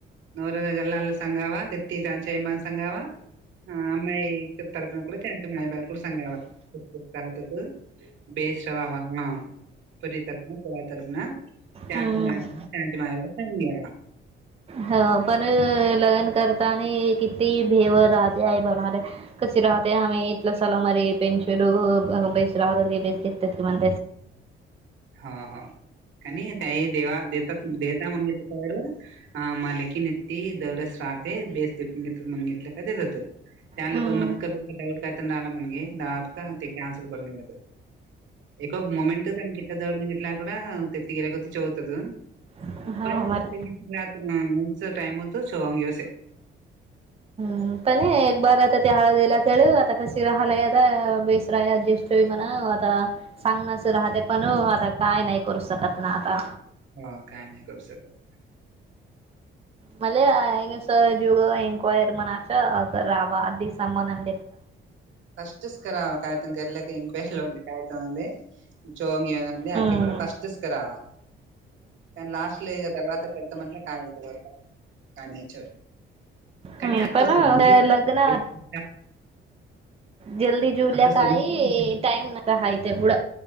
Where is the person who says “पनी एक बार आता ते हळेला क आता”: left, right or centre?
Right